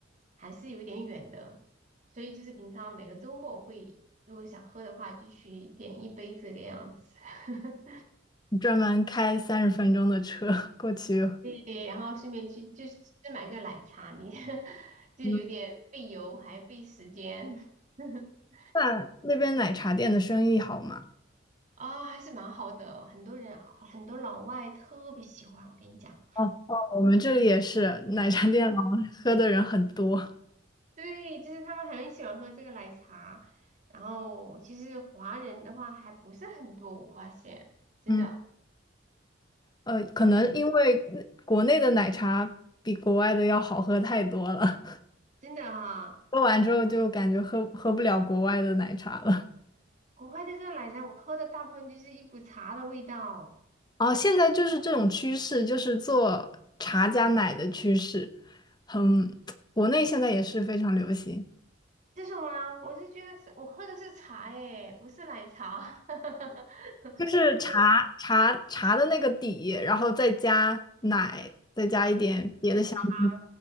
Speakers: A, on the right; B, on the left.
A: 还是有点远的，所以就是平常每个周末会，如果想喝的话，就去点一杯这个样子。<laughs>
B: 专门开三十分钟的车 <laughs> 过去。
A: 对，然后顺便去就是去买个奶茶，你 <laughs> 就有点费油还费时间
B: 嗯，
A: <laughs>
B: 那那边奶茶店的生意好吗？
A: 啊、还是蛮好的。很多人好，很多老外特别喜欢，我跟你讲，
B: 哦哦，我们这里也是奶茶店老喝的人很多。
A: 对，就是他们很喜欢喝这个奶茶。然后其实华人的话还不是很多，我发现真的
B: 嗯呃，可能因为国内的奶茶比国外的要好喝太多了。<laughs>
A: 真的哈、
B: 喝完之后就感觉喝喝不了国外的奶茶了。
A: 国外的这个奶茶我喝的大部分就是一股茶的味道，
B: 哦，现在就是这种趋势，就是做茶加奶的趋势，很，国内现在也是非常流行，
A: 这什么？我是觉得是我喝的是茶哎，不是奶茶。<laughs>
B: 就是茶茶茶的那个底，
A: 真
B: 然后再加奶，再加一点别的香精，
A: 是糖，